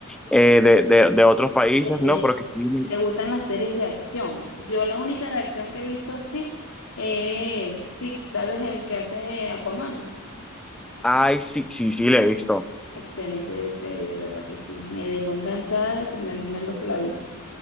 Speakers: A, in the centre; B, on the left (about 70°).
A: eh, de, de, de otros países,
B: De, de-
A: ¿no? Pero que sí, me-
B: ¿te gustan las series de acción? Yo la única de acción que he visto así es, sí, ¿sabes el que hace Aquaman?
A: ay, sí, sí, sí, la he visto,
B: Excelente serie, de verdad que sí. Me dejó enganchada el primer momento que la vi.